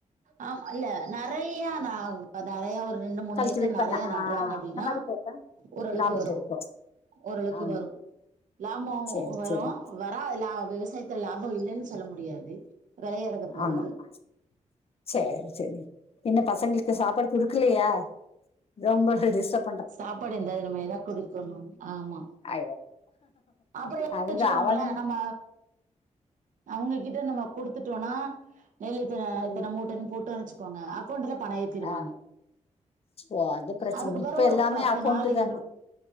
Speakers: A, on the right (about 85°); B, on the left (about 50°).
A: ஆம் இல்ல நெறைய நாவ் இப்ப நறய ஒரு ரெண்டு மூணு
B: கல்டிவேட்
A: ஏக்கர் நறய
B: பண்ண ஆ
A: நட்றாங்கன்னா அப்டின்னா
B: அந்த மாதிரி போட்டா
A: ஓரளவுக்கு
B: லாபம்
A: வரோ
B: கிடைக்கும்
A: ஓரளவுக்கு
B: ஆ
A: வரோ லாபோ
B: சரி
A: வரோ
B: சரி
A: ஒ வராத்ல விவசாயத்துல லாபம் இல்லைன் சொல்ல முடியாது வெளையறத பொறுத்து
B: ஆமாம்மா சேர் செரிங்க இன்னூ பசங்களுக்கு சாப்பாடு குடுக்கலியா இதே உங்க சைடு டிஸ்டப்
A: சாப்பாடு இந்தெ நம்ம எதாவ் குடுக்கணூ ஆமா
B: ஐயோ
A: அப்புறோ எடுத்
B: அதுதான்
A: வச்சுக்கோங்களே
B: அவனுங்க
A: நம்ம அவங்ககிட்ட நம்ம குடுத்துட்டோனா நெல் இத்தன
B: ம்,
A: இத்தன மூட்டன்னு போட்டோ வச்சிங் கோங்க அக்கவுண்டல பணோ ஏத்திறுவாங்க
B: ஆ, ஓ அது பிரச்சனை
A: அதுக்குப்போறோ
B: இப்ப
A: ஒரு
B: எல்லாமே
A: பத்து
B: அக்கௌண்ட்
A: நாள்
B: தானே
A: இரு